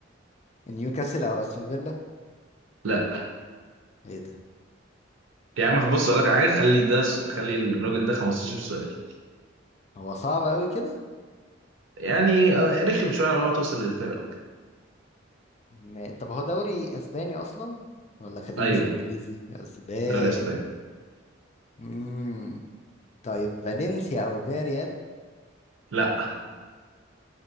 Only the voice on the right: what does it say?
لا
يا عم بص اقول لك على حاجه خلي ده خلي الراجل ده 15 سؤال
يعني آه، رخم شويه على ما توصل للفرقه وكده
ايوه
دوري اسباني
لا